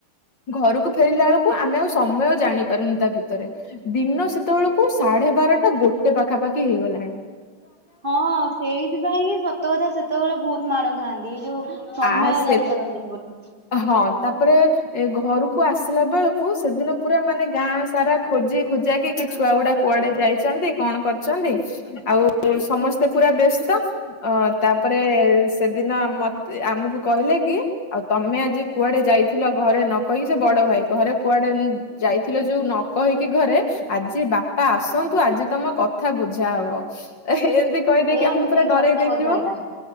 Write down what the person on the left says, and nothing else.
ଘରକୁ ଫେରିଲା ବେଳକୁ ଆମେ ଆଉ ସମୟ ଜାଣି ପାରୁନି ତା ଭିତରେ। ଦିନ ସେତେବେଳକୁ ସାଢେ ବାରଟା ଗୋଟେ ପାଖା‌ ପାଖି ହେଇ ଗଲାଣି।
ଆ ସେ
ହଁ ତାପରେ ଏ ଘରୁ। କୁ ଆସିଲା ବେଳକୁ ସେଦିନ ପୁରା ମାନେ ଗାଁ ସାରା ଖୋଜି ଖୁଜା କିି କି ଛୁଆ ଗୁଡା କୁଆଡେ ଯାଇଛନ୍ତି। କଣ କରଛନ୍ତି। ଆଉ ସମସ୍ତେ ପୁରା ବ୍ୟସ୍ତ ଅ ତାପରେ ସେଦିନ ଆ ମ ତେ ଆମକୁ କହିଲେ କି ଆଉ ତମେ ଆଜି କୁଆଡେ ଯାଇଥିଲ ଘରେ ନ କହି ସେ ବଡ ଭାଇ ଘରେ କୁଆଡେ ଯାଇଥିଲ ଯୋଉ ନ କହିକି ଘରେ। ଆଜି ବାପା ଆସନ୍ତୁ ଆଜି ତମ କଥା ବୁଝା ହବ। ତ ଏମତି କହିଦେଇକି
ଆମକୁ ପୁରା ଡରେଇ
ଦେଇଥିବ